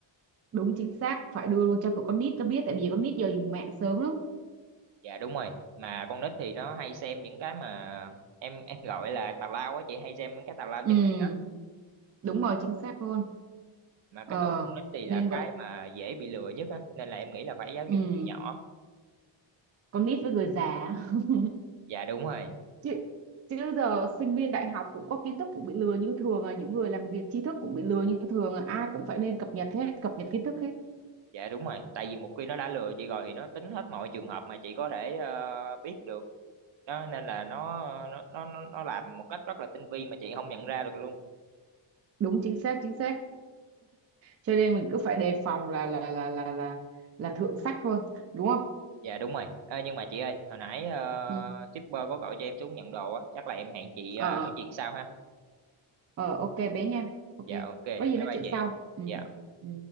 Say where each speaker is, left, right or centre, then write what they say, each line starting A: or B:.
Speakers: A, on the right; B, on the right.
A: đúng chính xác phải đưa luôn cho tụi con nít nó biết tại vì con nít giờ dùng mạng sớm lắm
B: dạ đúng rồi mà con nít thì nó hay xem những cái mà em em gọi là tào lao á chị hay xem những cái tào lao
A: ừ
B: trên mạng á
A: đúng rồi chính xác luôn
B: mà cái
A: ờ
B: tuổi con nít thì là
A: nên vậy
B: cái mà dễ bị lừa nhất á nên là em nghĩ là phải giáo dục
A: ừ
B: từ nhỏ
A: con nít với người già <laughs>
B: dạ đúng rồi
A: chứ chứ giờ sinh viên đại học cũng có kiến thức cũng bị lừa như thường à những người làm việc tri thức cũng bị lừa như thường à ai cũng phải nên cập nhật hết cập nhật kiến thức hết
B: dạ đúng rồi tại vì một khi nó đã lừa chị rồi thì nó tính hết mọi trường hợp mà chị có thể ờ, biết được đó nên là nó nó nó nó nó làm một cách rất là tinh vi mà chị không nhận ra được luôn
A: đúng chính xác chính xác cho nên mình cứ phải đề phòng là là là là là là thượng sách thôi đúng không
B: dạ đúng rồi Ê, nhưng mà chị ơi hồi nãy ờ,
A: ừ
B: shipper có gọi cho em xuống nhận đồ á chắc là em hẹn chị ờ,
A: ờ
B: nói chuyện sau ha
A: ờ ờ, ok bé nha ok
B: dạ ok bye
A: có gì nói
B: bye
A: chuyện
B: chị
A: sau ừ
B: Dạ.
A: ừ